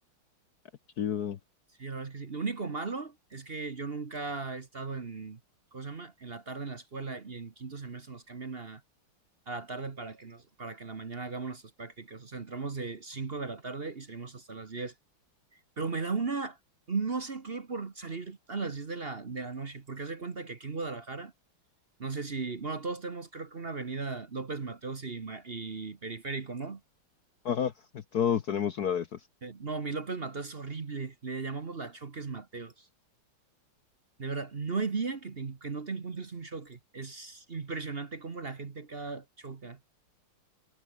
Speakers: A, on the left (about 55°); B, on the right (about 30°).
A: Chido.
B: Sí, la verdad es que sí. Lo único malo es que yo nunca he estado en, ¿cómo se llama? En la tarde en la escuela y en quinto semestre nos cambian a, a la tarde para que nos, para que en la mañana hagamos nuestras prácticas. O sea, entramos de 5 de la tarde y salimos hasta las 10. Pero me da una, no sé qué, por salir a las 10 de la, de la noche, porque hace cuenta que aquí en Guadalajara, no sé si, bueno, todos tenemos creo que una avenida López Mateos y, Ma- y Periférico, ¿no?
A: Ajá, todos tenemos una de esas.
B: Eh, no, mi López Mateos es horrible, le llamamos la Choques Mateos. De verdad, no hay día que, te- que no te encuentres un choque. Es impresionante cómo la gente acá choca.